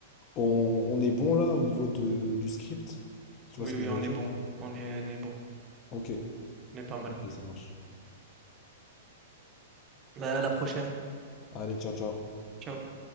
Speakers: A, on the left; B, on the right.
A: On, on est bon là au niveau de, du script? Tu
B: Oui
A: vois ce que
B: oui
A: je
B: on
A: veux dire?
B: est bon, on est on est bon,
A: Ok,
B: on est pas mal.
A: ok, ça marche.
B: Bah, à la prochaine.
A: Allez, ciao, ciao.
B: Ciao.